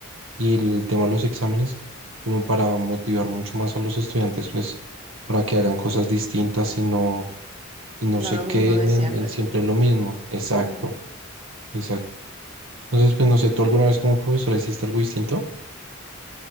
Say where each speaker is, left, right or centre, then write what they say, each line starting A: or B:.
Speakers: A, on the right; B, on the right.
A: y el tema de los exámenes, como para motivar mucho más a los estudiantes, pues, para que hagan cosas distintas y no, y no
B: No
A: se
B: lo mismo
A: queden
B: de siempre,
A: en, en siempre
B: sí.
A: lo mismo. Exacto,
B: Ujú.
A: exacto. Entonces, pues, no sé, ¿tú alguna vez como profesora hiciste algo distinto?